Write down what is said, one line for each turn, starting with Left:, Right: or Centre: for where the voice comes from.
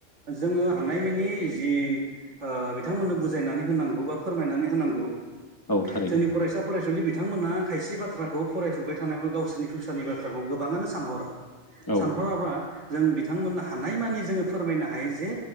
Right: जोङो हानायमिनि जि ओ बिथांमोननो बुजायनानै होनांगौ बा फोरमायनानै होनांगौ ।
Left: औ थारैनो
Right: जोंनि फरायसा फरायसुलि बि बिथांमोना खायसे बा थ्राखौ फरायफुबबाय थानायाबो गावसोरनि फिउसारनि बाथ थ्राखौ गोबाङानो सानहरा ।
Left: औ
Right: सानहराब्ला जों बिथांमोननो हानाय मानि जोङो फोरमायनो हायो जे